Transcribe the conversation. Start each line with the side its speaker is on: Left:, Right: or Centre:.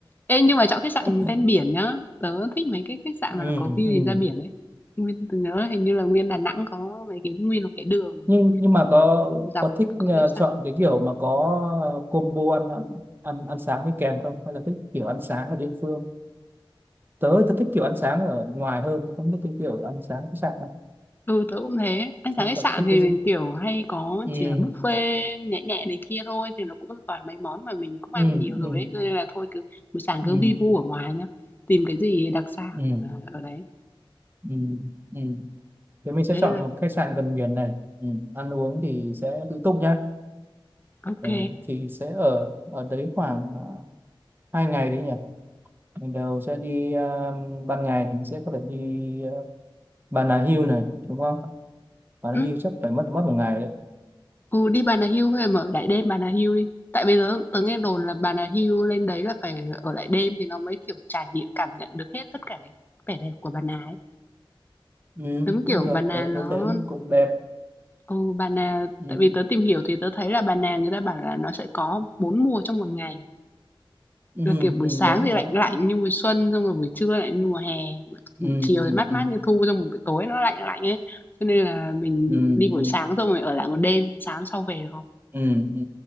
Left: Ê nhưng mà chọn khách
Right: <laughs>
Left: sạn ven biển nhá. Tớ thích mấy cái khách sạn
Right: ừ,
Left: mà nó có view
Right: ừ.
Left: nhìn ra biển ấy. Nguyên tớ nhớ là hình như là Nguyên Đà Nẵng có mấy cái Nguyên có cái đường
Right: nhưng nhưng mà có
Left: dọc
Right: có thích
Left: có
Right: ờ,
Left: khách sạn
Right: chọn cái kiểu mà có ờ, combo ăn ăn ăn, ăn sáng đi kèm không hay là thích kiểu ăn sáng ở địa phương tớ tớ thích kiểu ăn sáng ở ngoài hơn không thích cái kiểu ăn sáng khách sạn đâu
Left: Ừ, tớ cũng thế. Ăn sáng
Right: Sao
Left: khách
Right: cậu
Left: sạn
Right: thích
Left: thì
Right: cái gì
Left: kiểu hay có
Right: ừ
Left: chỉ là buffet nhẹ nhẹ này kia thôi thì nó cũng toàn mấy món mà mình cũng ăn
Right: ừ
Left: nhiều rồi
Right: ừ
Left: ấy. Cho Nên là thôi cứ buổi sáng cứ
Right: ừ
Left: vi vu ở ngoài nhá. Tìm cái gì đặc sản
Right: ừ
Left: ờ, ở đấy.
Right: ừ ừ thì mình sẽ
Left: Thế
Right: chọn
Left: nên là
Right: một khách sạn gần biển này ừ. ăn uống thì sẽ tự túc nhá
Left: ok.
Right: Ờ, thì sẽ ở ở đấy khoảng à, hai ngày đấy nhỉ mình đầu sẽ đi à, ban ngày thì mình sẽ có thể đi à, Bà Nà Hills này đúng không Bà
Left: Ừ,
Right: Nà Hills chắc phải mất mất một ngày đấy
Left: ừ đi Bà Nà Hills hay mở lại đêm Bà Nà Hills đi. Tại bây giờ tớ nghe đồn là Bà Nà Hills lên đấy là phải ở lại đêm thì nó mới kiểu trải nghiệm cảm nhận được hết tất cả cái vẻ đẹp của Bà Nà ấy.
Right: ừ
Left: Giống kiểu
Right: cũng được
Left: Bà Nà
Right: tớ,
Left: nó
Right: tớ thấy cũng đẹp
Left: Ồ, bà nà
Right: ừ
Left: tại vì tớ tìm hiểu thì tớ thấy là bà nà người ta bảo là nó sẽ có 4 mùa trong một ngày.
Right: ừ
Left: Là kiểu buổi
Right: ừ,
Left: sáng
Right: đúng
Left: thì lạnh
Right: đúng
Left: lạnh như mùa xuân, xong rồi buổi trưa lại như mùa hè, buổi,
Right: ừ
Left: buổi chiều
Right: ừ
Left: thì mát
Right: ừ
Left: mát như thu, xong rồi buổi tối nó lạnh lạnh ấy. Cho nên là mình
Right: ừ,
Left: đi buổi
Right: ừ,
Left: sáng xong rồi ở lại một đêm, sáng sau về được không?
Right: ừ, ừ.